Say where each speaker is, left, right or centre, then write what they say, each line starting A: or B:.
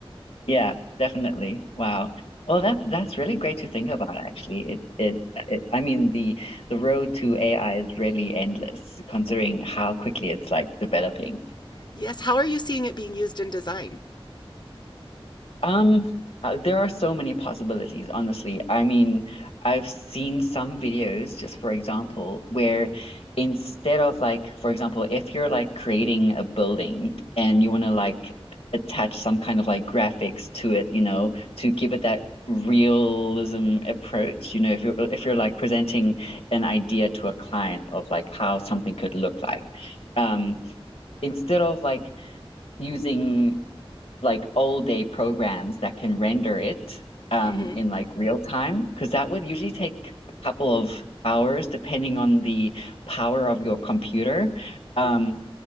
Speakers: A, on the left; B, on the left.
A: Yeah, definitely. Wow. Well, that that's really great to think about, actually. It, it it I mean the the road to AI is really endless, considering how quickly it's like developing.
B: Yes. How are you seeing it being used in design?
A: Um, uh, there are so many possibilities, honestly. I mean, I've seen some videos, just for example, where instead of like, for example, if you're like creating a building and you want to like attach some kind of like graphics to it, you know, to give it that realism approach, you know, if you're if you're like presenting an idea to a client of like how something could look like. Um, instead of like using like all day programs that can render it um
B: Mm-hmm.
A: in like real time because that would usually take a couple of hours depending on the power of your computer. Um,